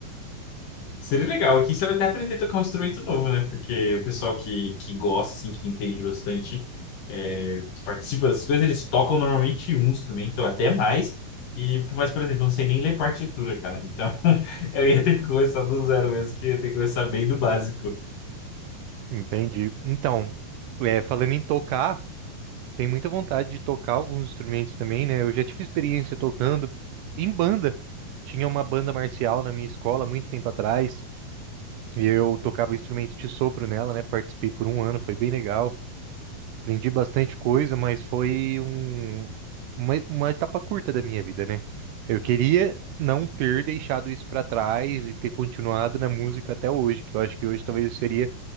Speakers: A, on the left (about 65°); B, on the right (about 75°).
A: Seria legal. Aqui você vai até aprender a tocar um instrumento novo, né? Porque o pessoal que, que gosta, assim, que entende bastante, é, que participa dessas coisas, eles tocam normalmente um instrumento, ou até mais. E, mas, por exemplo, eu não sei nem ler partitura, cara. Então, <laughs> eu ia ter que começar do zero mesmo, que eu ia ter que começar bem do básico.
B: entendi. Então, é, falando em tocar. Tem muita vontade de tocar alguns instrumentos também, né? Eu já tive experiência tocando em banda. Tinha uma banda marcial na minha escola muito tempo atrás, e eu tocava instrumento de sopro nela, né? Participei por um ano, foi bem legal. Aprendi bastante coisa, mas foi um, uma, uma etapa curta da minha vida, né? Eu queria não ter deixado isso pra trás e ter continuado na música até hoje, que eu acho que hoje talvez eu seria